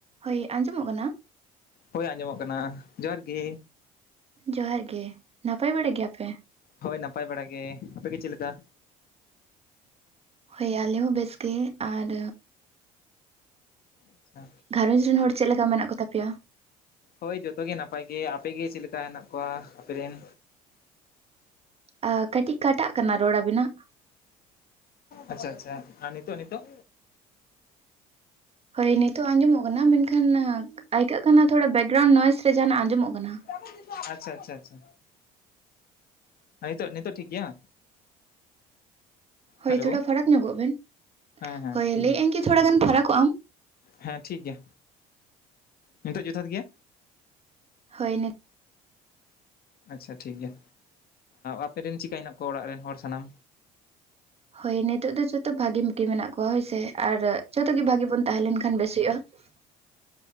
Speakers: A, on the right (about 35°); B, on the left (about 55°).
A: ᱦᱚᱭ ᱟᱸᱡᱚ ᱢᱚᱜ ᱠᱟᱱᱟ᱾
B: ᱦᱚᱭ ᱟᱸᱡᱚ ᱢᱚᱜ ᱠᱟᱱᱟ ᱡᱚᱦᱟᱨ ᱜᱮ᱾
A: ᱡᱚᱦᱟᱨ ᱜᱮ ᱱᱟᱯᱟᱭ ᱵᱟᱲᱟ ᱜᱮᱭᱟ ᱯᱮ᱾
B: ᱦᱚᱭ ᱱᱟᱯᱟᱭ ᱵᱟᱲᱟ ᱜᱮ ᱟᱯᱮ ᱜᱮ ᱪᱮᱫ ᱞᱮᱠᱟ᱾
A: ᱦᱚᱭ ᱟᱞᱮ ᱦᱚᱸ ᱵᱮᱥ ᱜᱮ ᱟᱨ
B: ᱟᱪᱪᱷᱟ
A: ᱜᱷᱟᱨᱚᱡᱽ ᱨᱤᱱ ᱦᱚᱲ ᱪᱮᱫ ᱞᱮᱠᱟ ᱢᱮᱱᱟᱜ ᱠᱚ ᱛᱟᱯᱮᱭᱟ᱾
B: ᱦᱚᱭ ᱡᱷᱚᱛᱚ ᱜᱮ ᱱᱟᱯᱟᱭ ᱜᱮ ᱟᱯᱮ ᱜᱮ ᱪᱮᱫ ᱞᱮᱠᱟ ᱦᱮᱱᱟᱜ ᱠᱚᱣᱟ ᱟᱯᱮ ᱨᱮᱱ᱾
A: ᱟ ᱠᱟᱹᱴᱤᱡ ᱠᱟᱴᱟᱜ ᱠᱟᱱᱟ ᱨᱚᱲ ᱟᱵᱤᱱᱟᱜ᱾
B: ᱟᱪᱪᱷᱟ ᱟᱪᱪᱷᱟ ᱟᱨ ᱱᱤᱛᱚᱜ ᱱᱤᱛᱚᱜ
A: ᱦᱚᱭ ᱱᱤᱛᱚᱜ ᱟᱸᱡᱚ ᱢᱚᱜ ᱠᱟᱱᱟ ᱢᱮᱱ ᱠᱷᱟᱱ ᱟᱹᱭᱠᱟᱹᱜ ᱠᱟᱱᱟ ᱛᱷᱚᱲᱟ ᱵᱮᱠᱜᱨᱟᱣᱩᱱᱰ ᱱᱚᱭᱮᱥ ᱨᱮ ᱡᱟᱦᱟ ᱱᱟᱜ ᱟᱸᱡᱚ ᱢᱚᱜ ᱠᱟᱱᱟ᱾
B: <unintelligible> ᱟᱪᱪᱷᱟ ᱟᱪᱪᱷᱟ ᱟᱪᱪᱷᱟ ᱦᱮᱸ ᱱᱤᱛᱚᱜ ᱱᱤᱛᱚᱜ ᱴᱷᱤᱠ ᱜᱮᱭᱟ᱾
A: ᱦᱚᱭ
B: ᱦᱮᱞᱳ
A: ᱛᱷᱚᱲᱟ ᱯᱷᱟᱲᱟᱠ ᱧᱚᱜᱚᱜ ᱵᱤᱱ
B: ᱦᱮᱸ ᱦᱮᱸ
A: ᱦᱚᱭ
B: ᱴᱷᱤᱠ
A: ᱞᱟᱹᱭᱮᱜᱼᱟᱹᱧ
B: ᱜᱮᱭᱟ
A: ᱠᱤ ᱛᱷᱚᱲᱟ ᱜᱟᱱ ᱯᱷᱟᱲᱟᱠᱚᱜᱼᱟᱢ᱾
B: ᱦᱮᱸ ᱴᱷᱤᱠ ᱜᱮᱭᱟ ᱱᱤᱛᱚᱜ ᱡᱚᱛᱷᱟᱛ ᱜᱮᱭᱟ᱾
A: ᱦᱚᱭ ᱱᱤᱛ
B: ᱟᱪᱪᱷᱟ ᱴᱷᱤᱠ ᱜᱮᱭᱟ ᱟᱯᱮᱨᱤᱱ ᱪᱤᱠᱟ ᱦᱮᱱᱟᱜ ᱠᱚᱣᱟ ᱚᱲᱟᱜ ᱨᱤᱱ ᱦᱚᱲ ᱥᱟᱱᱟᱢ
A: ᱦᱚᱭ ᱱᱤᱛᱚᱜ ᱫᱚ ᱡᱚᱛᱚ ᱵᱷᱟᱜᱤᱢ ᱜᱮ ᱢᱮᱱᱟᱜ ᱠᱚᱣᱟ ᱦᱚᱭᱥᱮ ᱟᱨ ᱡᱚᱛᱚ ᱜᱮ ᱵᱷᱟᱜᱤ ᱵᱚᱱ ᱛᱟᱦᱮᱸ ᱞᱮᱱ ᱠᱷᱟᱱ ᱵᱮᱥ ᱦᱩᱭᱩᱜᱼᱟ᱾